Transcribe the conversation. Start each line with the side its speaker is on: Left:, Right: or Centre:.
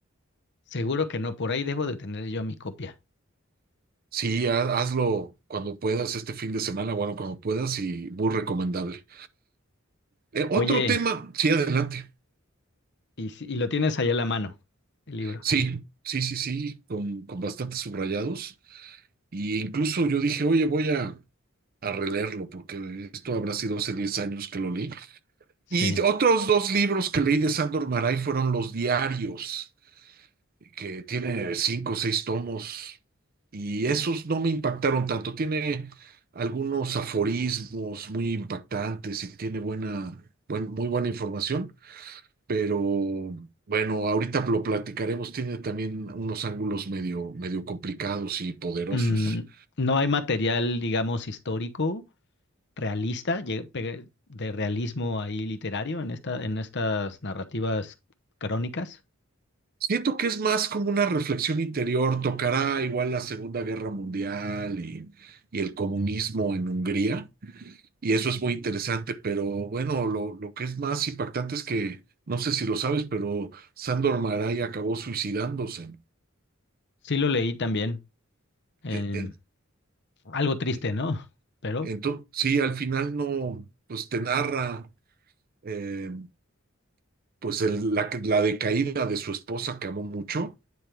Left: Seguro que no, por ahí debo de tener yo mi copia.
Right: Sí, ha- hazlo cuando puedas, este fin de semana, bueno, cuando puedas, y muy recomendable. Eh, otro
Left: Oye,
Right: tema, sí, adelante.
Left: y, si- y lo tienes ahí a la mano, el libro.
Right: Sí, sí, sí, sí, con, con bastantes subrayados. Y incluso yo dije, oye, voy a, a releerlo, porque esto habrá sido hace 10 años que lo leí.
Left: Sí.
Right: Y otros dos libros que leí de Sándor Maray fueron Los Diarios, que tiene cinco o seis tomos, y esos no me impactaron tanto. Tiene algunos aforismos muy impactantes y tiene buena, buen- muy buena información, pero bueno, ahorita lo platicaremos. Tiene también unos ángulos medio, medio complicados y poderosos.
Left: Mm, no hay material, digamos, histórico realista, lle- pe- de realismo ahí literario en esta, en estas narrativas crónicas.
Right: Siento que es más como una reflexión interior, tocará igual la Segunda Guerra Mundial y, y el comunismo en Hungría, y eso es muy interesante, pero bueno, lo, lo que es más impactante es que, no sé si lo sabes, pero Sándor Márai acabó suicidándose.
Left: Sí lo leí también. em,
Right: En- en-
Left: algo triste,
Right: en-
Left: ¿no? <laughs> Pero
Right: Entonces, sí, al final no, pues te narra eh, pues el- la, la decaída de su esposa que amó mucho